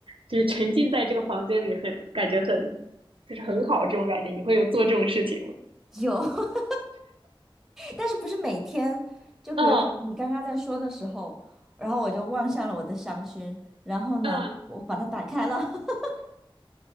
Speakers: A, on the right; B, in the centre.
A: 就是沉浸在这个房间里很，感觉很就是很好这种感觉。你会有做这种事情吗？
B: 有。<laughs> 但是不是每天？就比如你刚刚在说的时候，
A: 嗯
B: 然后我就望向了我的香薰，然后呢，
A: 嗯
B: 我把它打开了。<laughs>